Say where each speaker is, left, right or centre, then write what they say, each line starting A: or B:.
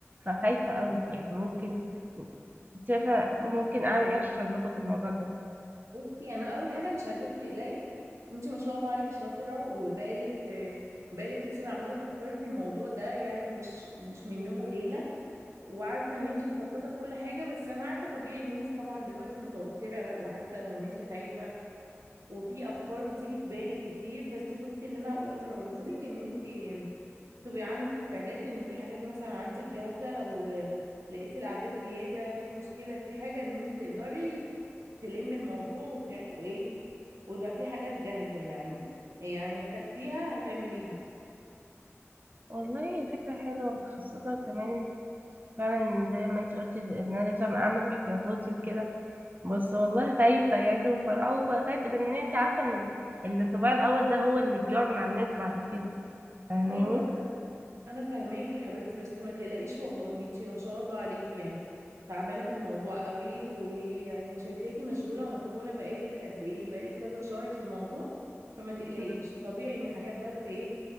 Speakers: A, on the right; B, on the right.
A: فخايفة قوي يعني ممكن شايفة ممكن اعمل ايه عشان اظبط الموضوع ده
B: بصي انا اول حاجه مش عايزاكي تقلقي انت ما شاء الله عليكي شاطره وبقالك بقالك كتير عماله تفكري في الموضوع ده يعني مش مش من يوم وليله وعارفه ان انت مخططه لكل حاجه بس انا عارفه طبيعي ان انت طبعا دلوقتي متوتره بقى وحاسه وان انت خايفه وفي افكار بتيجي في بالك كتير بس بصي اللي انا اقدر اقوله لك ان انت تبقي عندك استعداد ان في حاجات مثلا عندك جاهزه لو لقيتي الاعداد زياده في مشكله في حاجه ان انت تقدري تلمي الموضوع وت... وايه ويبقى في حاجات جاهزه يعني يعني احتجتيها هتعمليها
A: والله هي فكرة حلوة خاصة كمان فعلا زي ما انت قلتي ده- ان انا لازم اعمل احتياطاتي وكده بس والله خايفة يعني ومرعوبة خايفة لان انت عارفة ان الانطباع الاول ده هو اللي بيقعد مع الناس بعد كده فاهماني
B: ايوه، انا انا فاهماك يا حبيبتي بس ما تقلقيش والله انتي ما شاء الله عليكي يعني تعبانه في الموضوع قوي ويعني شايفاكي مشغوله ومسحوله بقالك قد ايه بقالك كذا شهر في الموضوع فما تقلقيش
A: مم.
B: طبيعي ان حاجات بس ايه